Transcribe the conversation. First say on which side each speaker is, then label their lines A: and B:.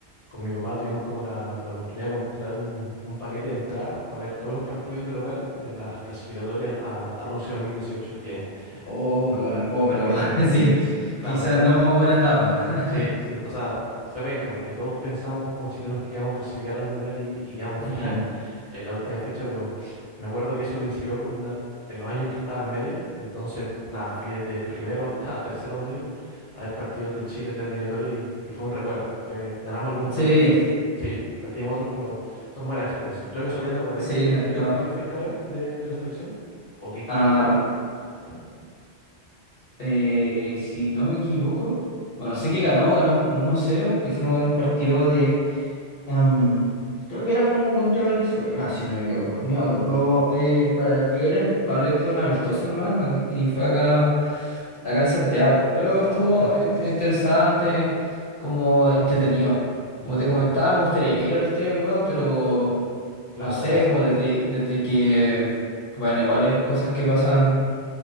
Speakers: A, on the left; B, on the left.
A: con mi papá tuvimos como la, la oportunidad de comprar un, un paquete de entradas para ver todos los partidos de local de las clasificatorias a, a Rusia 2018, que
B: Oh,
A: no,
B: qué buena. Oh, pero
A: terminamos,
B: <laughs>
A: sí.
B: sí,
A: Claro,
B: quizás
A: no,
B: no buena etapa.
A: Sí, sí, o sea, fue penca porque todos pensamos como chilenos que íbamos a clasificar al Mundial y, y
B: <laughs>
A: quedamos
B: Ujú.
A: <laughs> fuera en, en la última fecha, pero me acuerdo que eso coincidió como una, en los años en que estaba en media, entonces nada, fui desde primero hasta <laughs> tercero medio a ver partidos de Chile en la eliminatoria y, y fue un recuerdo, fue, ganamos algunos
B: Sí,
A: partidos, sí, perdimos otros, pero son buenas experiencias. ¿Tú de casualidad te acordáis
B: sí,
A: qué,
B: no
A: qué
B: te trabajo.
A: partido fuiste a ver de, de la selección? ¿O qué equipo
B: Ah,
A: era? Sí.
B: eh, si no me equivoco, bueno, sé que ganó, ganamos como uno cero y fuimos a ver un partido de Em, creo que era como contra Venezuela, si no me equivoco. No me acuerdo eh, para qué era. Probablemente era un amistoso nomás ac- y fue acá, acá en Santiago. Pero
A: Ah,
B: estuvo
A: buena.
B: en- interesante,
A: Entendido.
B: como entretenido.
A: Entendido.
B: Como te comentaba, me gustaría ir al estadio de nuevo, pero
A: Claro,
B: no sé,
A: gracias.
B: como desde, desde que, bueno, igual es cosas que pasan